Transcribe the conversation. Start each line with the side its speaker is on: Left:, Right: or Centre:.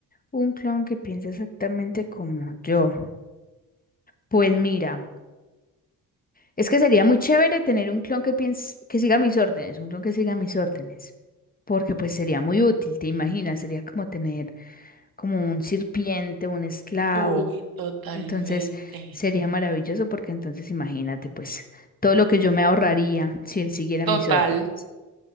Left: un clon que piensa exactamente como yo. Pues mira, es que sería muy chévere tener un clon que piense, que siga mis órdenes, un clon que siga mis órdenes, porque pues sería muy útil, ¿te imaginas? Sería como tener como un sirviente, un esclavo.
Right: Uy, totalmente.
Left: Entonces sería maravilloso porque entonces imagínate pues todo lo que yo me ahorraría si él siguiera
Right: Total.
Left: mis órdenes.